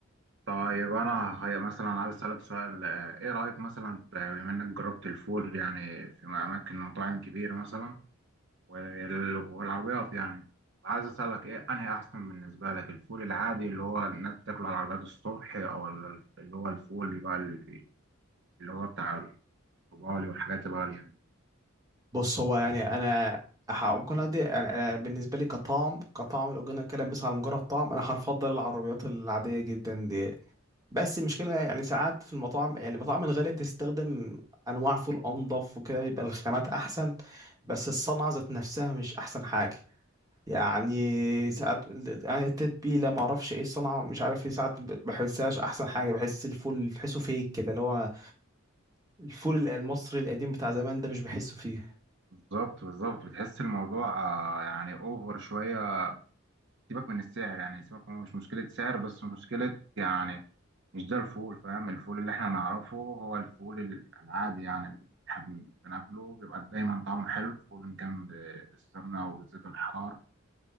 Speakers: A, on the right; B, on the right.
A: طيب انا هي مثلا عايز اسالك سؤال آه، ايه رايك مثلا في- بما انك جربت الفول يعني في اماكن مطاعم كبيره مثلا وال- والعربيات يعني عايز اسالك ايه انهي احسن بالنسبه لك الفول العادي اللي هو الناس بتاكله على العربيات الصبح او ال- اللي هو الفول بقى اللي بي- اللي هو بتاع الطبالي والحاجات الغاليه دي
B: بص هو يعني أنا أح- ممكن أدي يعني أنا بالنسبة لي كطعم كطعم لو جينا نتكلم بس على مجرد طعم أنا هفضل العربيات العادية جدا دي بس المشكلة يعني ساعات في المطاعم يعني المطاعم الغالية بتستخدم أنواع فول أنظف وكده بيبقى الخامات أحسن بس الصنعة ذات نفسها مش أحسن حاجة يعني ساعات يعني التتبيله ما اعرفش ايه الصنعه مش عارف ايه ساعات ما بحسهاش احسن حاجه بحس الفول تحسه فيك كده اللي هو الفول المصري القديم بتاع زمان ده مش بحسه فيه
A: بالظبط بالظبط بتحس الموضوع آه، يعني اوفر شويه سيبك من السعر يعني سيبك من مش مشكلة سعر بس مشكلة يعني مش ده الفول فاهم الفول اللي احنا نعرفه هو الفول ال- العادي يعني اللي احنا بن- بناكله بيبقى دايما طعمه حلو فول إن كان ب- بالسمنة أو بالزيت الحار